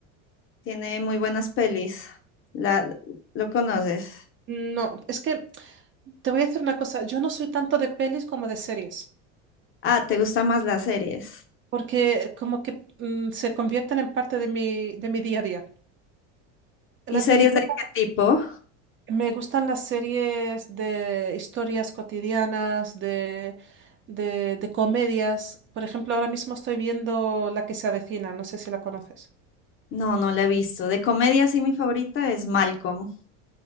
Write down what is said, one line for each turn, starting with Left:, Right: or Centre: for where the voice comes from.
Left: tiene muy buenas pelis. La, ¿lo conoces?
Right: No, es que Te voy a decir una cosa, yo no soy tanto de pelis como de series,
Left: Ah, ¿te gustan más las series?
Right: porque como que mm, se convierten en parte de mi, de mi día a día. La
Left: ¿Y series
Right: película,
Left: de qué tipo?
Right: me gustan las series de historias cotidianas, de, de, de comedias. Por ejemplo, ahora mismo estoy viendo La que se avecina, no sé si la conoces.
Left: No, no la he visto. De comedia sí mi favorita es Malcolm.